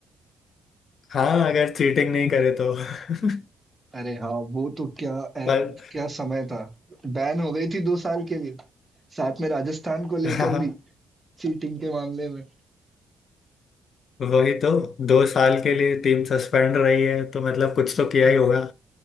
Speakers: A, on the left; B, on the right.
A: <laughs> हाँ अगर चीटिंग नहीं करे तो <laughs>
B: अरे हाँ वो तो क्या ए,
A: पर
B: क्या समय था बैन हो गई थी दो साल के लिए साथ में राजस्थान को
A: हाँ
B: लेकर भी चीटिंग के मामले में
A: वही तो दो साल के लिए टीम सस्पेंड रही है तो मतलब कुछ तो किया ही होगा